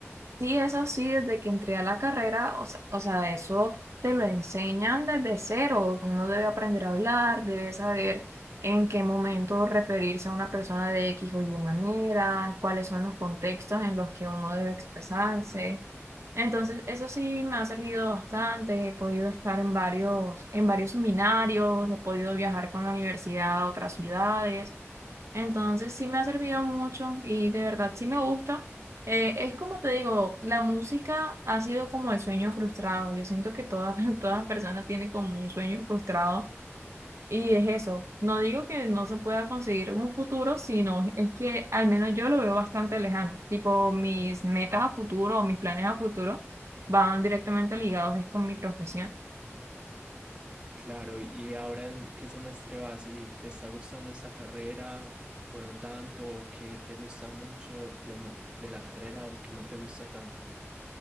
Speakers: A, on the right; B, on the right.
A: Sí, eso sí, desde que entré a la carrera, o sea, o sea, eso te lo enseñan desde cero. Uno debe aprender a hablar, debe saber en qué momento referirse a una persona de X o Y manera, cuáles son los contextos en los que uno debe expresarse. Entonces, eso sí me ha servido bastante. He podido estar en varios, en varios seminarios, he podido viajar con la universidad a otras ciudades. Entonces sí me ha servido mucho y de verdad sí me gusta. Eh, es como te digo, la música ha sido como el sueño frustrado. Yo siento que toda, <laughs> toda persona tiene como un sueño frustrado y es eso. No digo que no se pueda conseguir un futuro, sino es que al menos yo lo veo bastante lejano. Tipo, mis metas a futuro o mis planes a futuro van directamente ligados es con mi profesión.
B: Claro, y y ahora en qué semestre vas? ¿Y te está gustando esta carrera o no tanto? ¿O qué te gusta mucho lo me- de la carrera o qué no te gusta tanto?